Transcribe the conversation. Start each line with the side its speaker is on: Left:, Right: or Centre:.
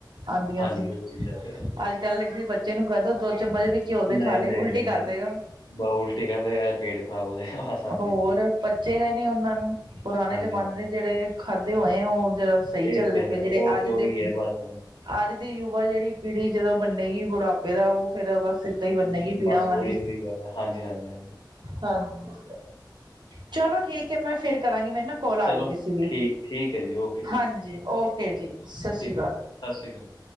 Right: ਆਂਦੀਆਂ
Left: ਹਾਂਜੀ
Right: ਸੀ,
Left: ਉਹ ਚੀਜ਼ਾਂ ਤੇ ਹੈ
Right: ਅੱਜਕੱਲ੍ਹ ਕਿਸੇ ਬੱਚੇ ਨੂੰ ਕੈਹਦੋ, ਦੋ ਚਮਚ ਵੀ ਘਿਓ ਦੇ
Left: ਨਹੀਂ
Right: ਖਾਲੇ,
Left: ਨਹੀਂ
Right: ਉਲਟੀ
Left: ਨਹੀਂ
Right: ਕਰ ਦੇਗਾ
Left: ਬਾ ਉਲਟੀ ਕਰ ਦੇਗਾ ਜਾਂ ਪੇਟ ਖਰਾਬ ਹੋ ਜਾਏਗਾ ਬਸ ਆ ਚੀਜ਼
Right: ਹੋਰ
Left: ਦਾ
Right: ਪੱਚੇਗਾ ਈ ਨੀ ਓਨਾਂ ਨੂੰ, ਪੁਰਾਣੇ
Left: ਹਾਂਜੀ
Right: ਜਮਾਨੇ
Left: ਹਾਂਜੀ
Right: ਦੇ ਜੇੜੇ ਜੇੜੇ ਖਾਧੇ ਹੋਏ ਆ, ਓ ਜਰਾ ਸਹੀ
Left: ਇਹ
Right: ਚੱਲਦੇ
Left: ਤੇ ਹੈ
Right: ਪਏ ਜੇੜੇ
Left: ਉਹ
Right: ਅੱਜ
Left: ਤੇ
Right: ਦੇ
Left: ਉਹੀ ਹੈ ਬਸ ਹੁਣ
Right: ਅੱਜ ਦੀ ਯੁਵਾ ਜੇਹੜੀ ਪੀੜ੍ਹੀ, ਜਦੋਂ ਬੰਨੇਗੀ। ਬੁਡਾਪੇ ਫੇਰ ਓ, ਫੇਰ ਬਸ ਏਦਾਂ ਹੀ ਬੰਨੇਗੀ ਪੀੜਾਂ
Left: ਬਸ
Right: ਵਾਲੀ
Left: ਉਹੀ ਉਹੀ ਗੱਲ ਹੈ ਹਾਂਜੀ ਹਾਂਜੀ ਹਾਂਜੀ
Right: ਹਾਂਜੀ, ਚਲੋ ਠੀਕ ਹੈ, ਮੈਂ ਫੇਰ ਕਰਾਂਗੀ। ਮੈਨੂੰ ਨਾ ਕੌਲ ਆ
Left: ਚਲੋ
Right: ਰਹੀ ਦੀ
Left: ਠੀਕ -ਠੀਕ ਏ ਜੀ, ਓਕੇ ਜੀ
Right: ਹਾਂਜੀ ਓਕੇ ਜੀ ਸਤਿ
Left: ਠੀਕ
Right: ਸ਼੍ਰੀ ਅਕਾਲ
Left: ਹੈ ਜੀ, ਸਤਿ ਸ਼੍ਰੀ ਅਕਾਲ